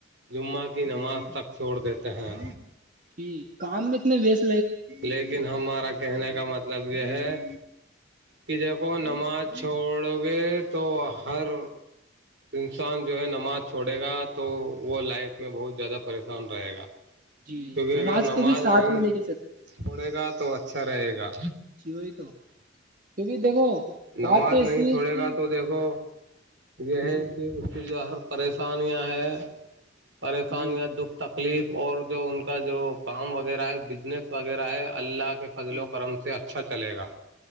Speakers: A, on the right; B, on the right.
A: جمعہ کی نماز تک چھوڑ دیتے ہیں
B: جی کام میں اتنے ویس
A: لیکن ہمارا کہنے کا
B: من
A: مطلب یہ ہے کہ جب کوو نماز چھوڑو گے تو ہر انسان جو ہے نماز چھوڑے گا تو وہ لائف میں بہت زیادہ پریشان رہے گا
B: جی
A: کیونکہ اگر نماز
B: کو بھی ساتھ
A: نہیں
B: میں لے کے چل
A: چھوڑے گا تو اچھا رہے گا
B: جی وہی تو کیونکہ دیکھو بات
A: نماز
B: تو اس
A: نہیں
B: لیے
A: چھوڑے
B: کہ
A: گا تو دیکھو یہ ہے
B: جی
A: کہ اس کے جو ہر پریشانیاں ہیں پریشان
B: جی
A: یا دکھ تک تکلیف اور جو ان کا جو کام وغیرہ ہے بزنس وغیرہ ہے اللہ فضل
B: جی
A: و کرم سے ا اچھا چلے گا